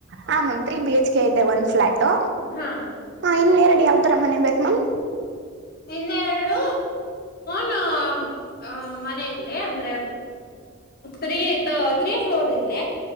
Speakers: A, on the right; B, on the left.
A: ಹ ma'am three B H K ಇದೆ ಒನ್ ಫ್ಲಾಟ್ ಟು
B: ಹಾ
A: ಹಾ ಹೀಂಗೆ ಕಡೆ ಯಾವ್ ತರ ಮನೆ ಬೇಕ ಮ್ಯ್
B: ಇನ್ನೆರಡು ನ್ ಹ ಮನೆಯಲ್ಲಿ ಅಂದ್ರೆ ತ್ರಿ ತೀರ್ಟಿ ಫ್ಲೋರ್ ಇಲ್ಲ